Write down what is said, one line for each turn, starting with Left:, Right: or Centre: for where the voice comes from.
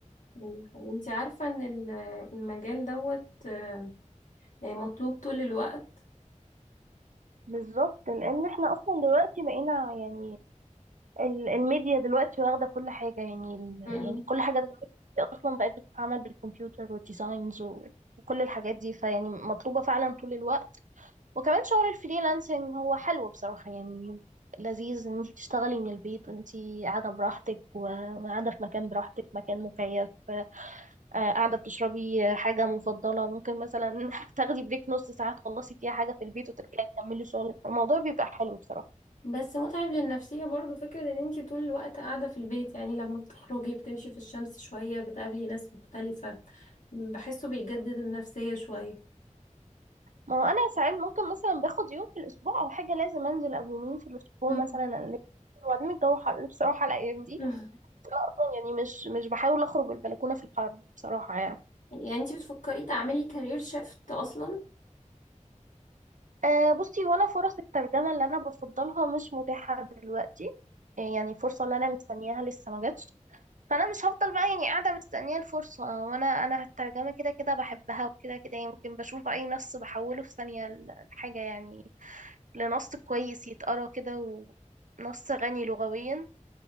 Left: يعني انت عارفة ان ال- المجال دوت آه، يعني مطلوب طول الوقت
Right: بالظبط لان احنا اصلا دلوقتي بقينا يعني ال- الميديا دلوقتي واخده كل حاجه يعني ال-
Left: أمم.
Right: يعني كل حاجه دلوقتي اصلا بقت بتتعمل بالكمبيوتر والديزاينز و- وكل الحاجات دي فيعني مطلوبه فعلا طول الوقت وكمان شغل الفريلانسنج هو حلو بصراحة يعني لذيذ ان انت تشتغلي من البيت انت قاعدة براحتك وقاعدة في مكان براحتك مكان مكيف آه، قاعدة بتشربي حاجة مفضلة ممكن مثلا <laughs> تاخدي بريك نص ساعة تخلصي فيها حاجة في البيت وترجعي تكملي شغلك الموضوع بيبقى حلو بصراحة
Left: بس متعب للنفسية برضو فكرة ان انت طول الوقت قاعدة في البيت يعني لما بتخرجي بتمشي في الشمس شوية بتقابلي ناس مختلفة بحسه بيجدد النفسية شوية
Right: ما هو انا ساعات ممكن مثلا باخد يوم في الاسبوع او حاجة لازم انزل او يومين في الاسبوع
Left: أمم.
Right: مثلا ألف. وبعدين الجو حر بصراحة الايام دي
Left: <laughs>
Right: أصلاً يعني مش مش بحاول اخرج البلكونة في الحر بصراحة يعني
Left: يعني انت بتفكري تعملي كارير شيفت اصلا
Right: أه بصي هو انا فرص الترجمة اللي أنا بفضلها مش متاحة دلوقتي إيه يعني الفرصة اللي أنا مستنياها لسه ما جاتش فأنا مش هفضل بقى يعني قاعدة مستنية الفرصة وأنا أنا الترجمة كده كده بحبها وكده كده يمكن بشوف أي نص بحوله في ثانية الحاجة يعني لنص كويس يتقرا كده ونص غني لغويا